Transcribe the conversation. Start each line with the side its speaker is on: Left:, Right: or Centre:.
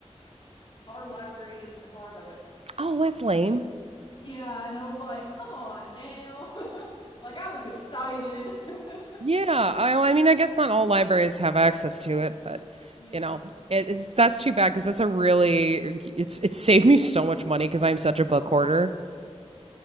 Left: <laughs> Our library isn't a part of it.
Right: Oh, that's lame.
Left: Yeah, and I was like, come on now. <laughs> Like I was excited. <laughs>
Right: Yeah, I, well, I mean, I guess not all libraries have access to it, but
Left: Yeah,
Right: you know, it, it's that's too bad because that's a really it's it saved me so much money because I'm such a book hoarder.